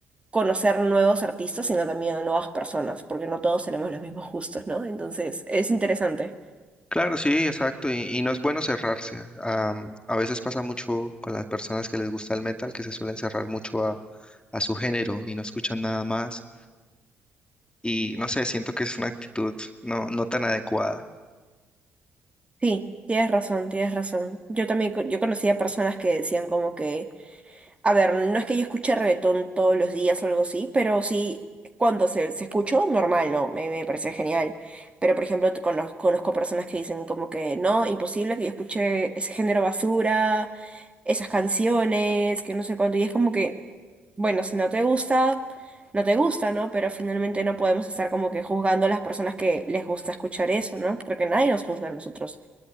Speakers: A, on the right; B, on the left.
A: conocer nuevos artistas, sino también a nuevas personas, porque no todos tenemos los mismos gustos, ¿no? Entonces, es interesante.
B: Claro, sí, exacto, y, y no es bueno cerrarse. Am, a veces pasa mucho con las personas que les gusta el metal, que se suelen cerrar mucho a, a su género y no escuchan nada más. Y no sé, siento que es una actitud no, no tan adecuada.
A: Sí, tienes razón, tienes razón. Yo también, co- yo conocía personas que decían como que... A ver, no es que yo escuche reggaetón todos los días o algo así, pero sí, cuando se, se escuchó, normal, ¿no? Me, me parece genial. Pero, por ejemplo, te conoz- conozco personas que dicen como que no, imposible que yo escuche ese género basura, esas canciones, que no sé cuánto. Y es como que, bueno, si no te gusta, no te gusta, ¿no? Pero finalmente no podemos estar como que juzgando a las personas que les gusta escuchar eso, ¿no? Porque nadie nos juzga a nosotros.